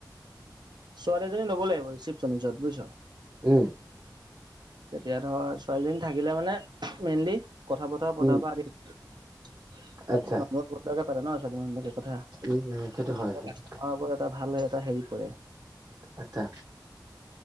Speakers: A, on the right; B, on the right.
A: ছোৱালী এজনী ল'ব লাগিব ৰিচিপশ্যনিষ্টত বুইছ।
B: উম।
A: তেতিয়া ধৰা ছোৱালীজনী থাকিলে মানে মেইনলি কথা-বতৰা পতাৰ
B: উম
A: পৰা আদিকৰি
B: আচ্ছা
A: নম্ৰ-ভদ্ৰকে পাতে ন ছোৱালী মানুহবিলাকে কথা। এইটো
B: উম উম সেইটো হয় সেইটো
A: কাষ্টমাৰৰ ওপৰত এটা ভাল এটা হেৰি কৰে
B: অচ্ছা।